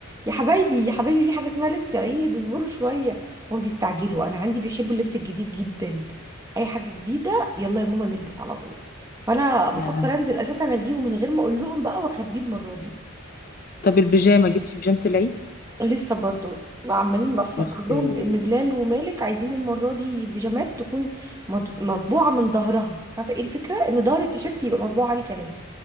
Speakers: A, on the right (about 15°); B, on the left (about 45°).
A: يا حبايبي يا حبايبي في حاجه اسمها لبس عيد اصبروا شويه هم بيستعجلوا انا عندي بيحبوا اللبس الجديد جدا اي حاجه جديده يلا يا ماما نلبس على طول فانا بفكر
B: يا لهوي
A: انزل اساسا اجيبه من غير ما اقول لهم بقى واخبيه المره دي
B: طب البيجامه جبتي بيجامه العيد
A: لسه برضو عمالين بفكر
B: يا اختي
A: لهم ان بلال ومالك عايزين المره دي بيجامات تكون مط- مطبوعه من ظهرها مش عارفه ايه الفكره ان ظهر التيشيرت يبقى مطبوع عليه كلام